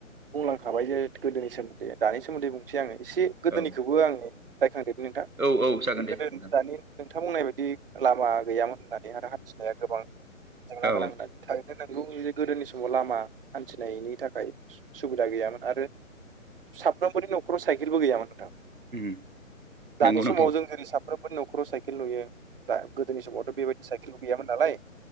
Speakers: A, on the right (about 40°); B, on the right (about 85°).
A: बुंलांखाबाय जे गोदोनि सोमोन्दै दानि सोमोन्दै बुं एसै आङो एसे गोदोनिखौबो
B: औ
A: आङो रायखांदेर नोंथां।
B: औ औ जागोन दे
A: गोदो
B: नोंथां
A: दानि नोंथां बुंनाय बायदि लामा गैयामोन होननानै आरो हान्थिनाया गोबां जेंना
B: औ
A: गोनां होननानै थारैनो नंगौे गोदोनि समाव लामा हान्थिनायनि थाखाय सुबिदा गैयामोन आरो साफ्रोमबोनि न'खराव साइकेलबो गैयामोन नोंथां।
B: उम नंगौ
A: दानि
B: नोंथां
A: समाव जों जेरै सा फफ्रोमबो नखराव साइकेल नुयो दा गोदोनि समावथ' बेबायदि साइकेलबो गैयामोन नालाय।